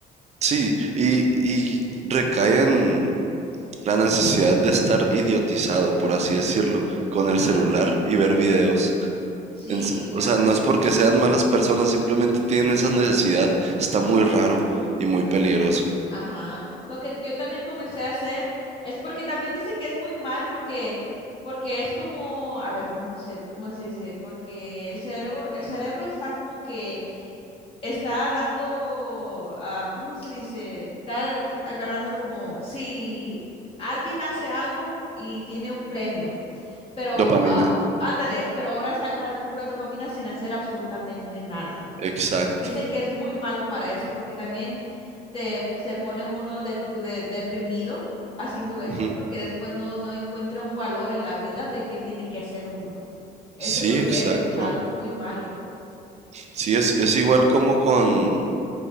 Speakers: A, on the right; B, on the left.
A: Sí, y, y recae en la necesidad de estar idiotizado, por así decirlo, con el
B: Ajá.
A: celular y ver videos.
B: Sí,
A: En se- o
B: ándale.
A: sea, no es porque sean malas personas, simplemente tienen esa necesidad. Está muy raro y muy peligroso.
B: Ajá. Lo que yo también comencé a hacer es porque también dice que es muy mal porque, porque es como, a ver, ¿cómo, te dice, cómo se dice? Porque el cerebro, el cerebro está como que está dando, ah, ¿cómo se dice? Está t- agarrando como si alguien hace algo y tiene un premio, pero
A: Dopamina.
B: ah, ándale, pero ahora está agarrando pura dopamina sin hacer absolutamente nada.
A: Exacto.
B: Dicen que es muy malo para eso porque también te, se pone uno de- de- deprimido haciendo eso
A: Ujú.
B: porque después no, no encuentra un valor en la vida de qué tiene que hacer uno. Eso
A: Sí,
B: es lo que
A: exacto.
B: he escuchado, es muy malo.
A: Sí, es, es igual como con,